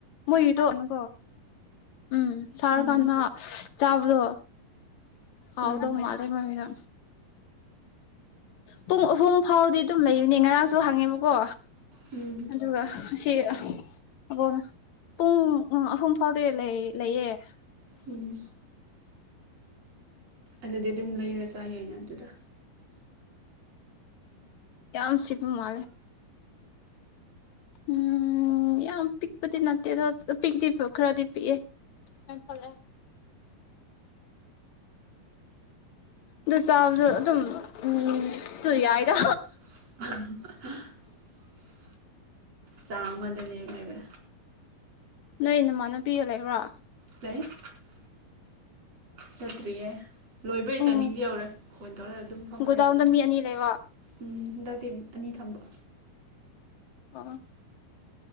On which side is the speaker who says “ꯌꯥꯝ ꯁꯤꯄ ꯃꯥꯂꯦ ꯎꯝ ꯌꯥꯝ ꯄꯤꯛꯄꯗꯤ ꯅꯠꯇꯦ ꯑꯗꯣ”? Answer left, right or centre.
Left